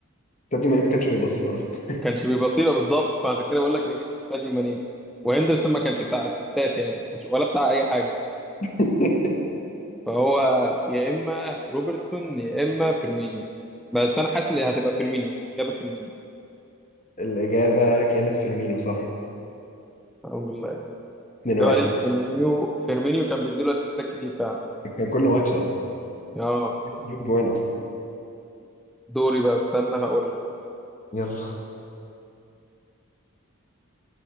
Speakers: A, on the left; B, in the centre.
A: ساديو ماني ما كانش بيبصي له اصلا
B: كانش بيبقى صيله بالظبط فعشان كده بقول لك اكيد من ساديو ماني وهندرسون ما كانش بتاع اسيستات يعني ما كانش ولا بتاع اي حاجه
A: <laughs>
B: فهو يا اما روبرتسون يا اما فيرمينيو بس انا حاسس ان هتبقى فيرمينيو اجابه فيرمينيو
A: الاجابه كانت فيرمينو صح
B: الحمد لله
A: 2-1
B: ايوه عليك فيرمينيو فيرمينيو كان بيديله اسيستات كتير فعلا
A: كان كل ماتش اه
B: اه
A: بيجيب جوان اصلا
B: دوري بقى استنى هقول لك
A: يلا